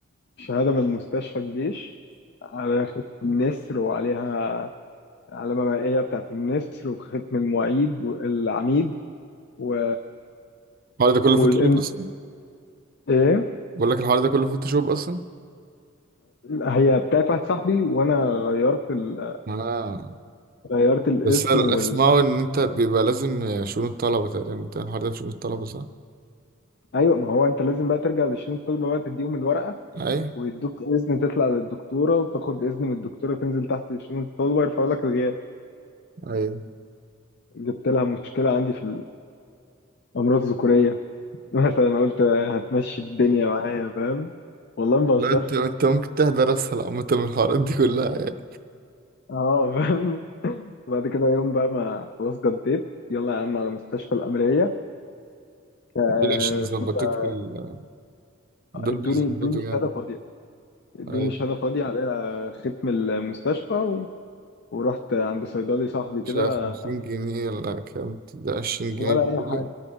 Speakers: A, on the left; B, on the right.
A: شهادة من مستشفى الجيش على ختم النسر وعليها علامة مائية بتاعت النسر وختم المعيد والعميد و
B: الحوار ده كله فوتوشوب
A: والإن
B: اصلا
A: إيه
B: بقول لك الحوار ده كله فوتوشوب اصلا
A: هي بتاعت واحد صاحبي وأنا غيرت ال...
B: اه
A: غيرت الاسم
B: بس اللي
A: وال
B: اسمعه ان انت بيبقى لازم شؤون الطلبه تقريبا بتاع الحوار ده في شؤون الطلبه صح
A: أيوة ما هو أنت لازم بقى ترجع لشؤون الطلبة بقى تديهم الورقة
B: ايوه
A: ويدوك إذن تطلع للدكتورة وتاخد إذن من الدكتورة تنزل تحت شؤون الطلبة يرفعوا لك الغياب
B: ايوه
A: جبت لها مشكلة عندي في الأمراض الذكورية مثلا قلت هتمشي الدنيا معايا فاهم والله ما بهزرش
B: لا انت انت ممكن تحضر اسهل عامه من الحوارات دي كلها يعني
A: اه فاهم <laughs> وبعد كده يوم بقى ما خلاص جديت يلا يا عم على مستشفى الأمرية آه،
B: دول عشان يظبطوك
A: اسمه إيه ده
B: في ال... دول
A: ادوني
B: بيظبطوا
A: ادوني شهادة
B: جامد
A: فاضية ادوني
B: أيوة.
A: شهادة فاضية عليها ختم المستشفى و... ورحت عند صيدلي صاحبي كده
B: مش عارف 50 جنيه ولا كام ده 20 جنيه
A: ولا أي
B: بيقول
A: حاجة